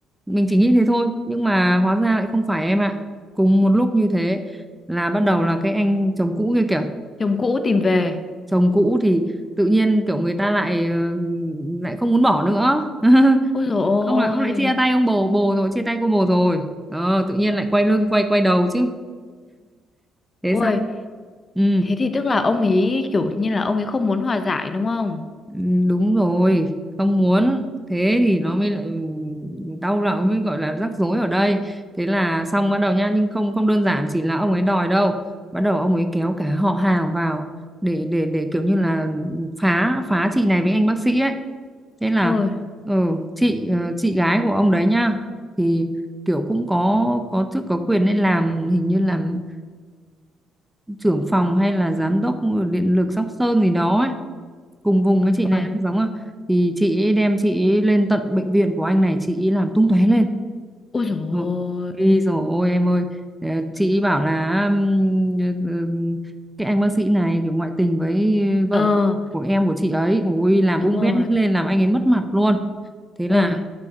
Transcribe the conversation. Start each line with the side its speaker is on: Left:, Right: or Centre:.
Centre: mình chỉ nghĩ thế thôi nhưng mà hóa ra lại không phải em ạ cùng một lúc như thế là bắt đầu là cái anh chồng cũ kia kìa
Left: chồng cũ tìm về.
Centre: chồng cũ thì tự nhiên kiểu người ta lại ờ, lại không muốn bỏ nữa <laughs>
Left: Ôi dồi ôi.
Centre: ông là ông lại chia tay ông bồ bồ rồi chia tay cô bồ rồi ờ, tự nhiên lại quay lưng quay quay đầu chứ thế
Left: Ôi,
Centre: sao ừ
Left: thế thì tức là ông ấy kiểu như là ông ấy không muốn hòa giải đúng không?
Centre: Ừ, đúng rồi không muốn thế thì nó mới lại đau đầu mới gọi là rắc rối ở đây thế là xong bắt đầu nha nhưng không không đơn giản chỉ là ông ấy đòi đâu bắt đầu ông ấy kéo cả họ hàng vào để để để kiểu như là phá phá chị này với anh bác sĩ ấy thế là
Left: Ôi,
Centre: ừ, chị ờ, chị gái của ông đấy nhá thì kiểu cũng có có chức có quyền nên làm hình như làm trưởng phòng hay là giám đốc điện lực Sóc Sơn gì đó ấy cùng vùng với chị
Left: ôi,
Centre: này đang giống à thì chị ấy đem chị ấy lên tận bệnh viện của anh này chị ấy làm tung tóe lên
Left: ôi dồi
Centre: Ừ. Ôi
Left: ôi.
Centre: dồi ôi em ơi Ờ, chị ấy bảo là ừm, ừm, cái anh bác sĩ này kiểu ngoại tình với vợ
Left: Ờ,
Centre: của em của chị ấy ôi làm
Left: đúng
Centre: bung
Left: rồi,
Centre: bét hết lên làm anh ấy mất mặt luôn thế là
Left: ôi,